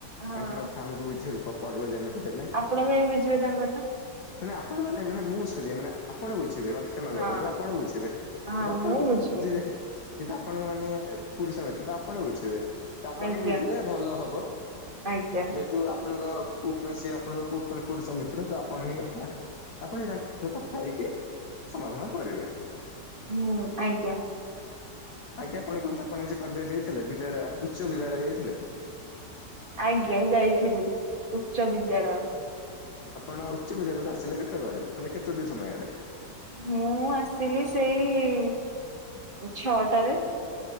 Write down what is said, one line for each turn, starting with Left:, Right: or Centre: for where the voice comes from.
Right: ହଁ
Left: ତାଙ୍କ କଥା ଆମକୁ ବୁଝେଇବ ପଡିବ ଯେମିତି ବି ହେଲେ।
Right: ଆପଣ କାହିଁ ବୁଝିବେ ତାଙ୍କ କଥା।
Left: ମାନେ ଆପଣ ମାନେ ମୁଁ ସରିବ ମାନେ ଆପଣ ବୁଝିବେ ମତେ କ୍ଷମା କର
Right: ହଁ
Left: ଆପଣ ବୁଝିବେ
Right: ହଁ
Left: ଯଦି ଆପଣଙ୍କ
Right: ମୁଁ ବୁଝିବି
Left: ଯେ ଯଦି ତ ଆପଣଙ୍କ ମାନେ ପୁରୁଷ ମି ତ ଆପଣ ବୁଝିବେ। ତ ଆପଣ
Right: ଆଜ୍ଞା
Left: ହିଁ ବୁଝିଲେ ଭଲ ହବ
Right: ଆଜ୍ଞା
Left: ଯେହେତୁ ଆ ପଣଙ୍କ ପୁ ମାନେ ସ ଆପଣଙ୍କ ପୁ ମାନେ ପୁରୁଷ ମିତ୍ର ତ ଆପଣ ହି ଫା ଆପଣହିଁ ତାଙ୍କ ସହ କଥା ହେଇକି ସମାଧାନ କରିବେ।
Right: ହୁଁ ଆଜ୍ଞା।
Left: ଆଜ୍ଞା ଆପଣ କହନ୍ତୁ ଆପଣ ଆଜି କଲେଜ୍ ଯାଇଥିଲେ ବିଦ୍ୟାଳୟ ଉଚ୍ଚ ବିଦ୍ୟାଳୟ ଯାଇଥିଲେ?
Right: ଆଜ୍ଞା ଯାଇଥିଲି ଉଚ୍ଚ ବିଦ୍ୟାଳୟ।
Left: ଆପଣ ଉଚ୍ଚ ବିଦ୍ୟାଳୟରୁ ଆସିଲେ କେତେବେଳେ ମାନେ କେତୋଟି ସମୟରେ?
Right: ମୁଁ ଆସିଲି ସେଇ ଛଅଟାରେ।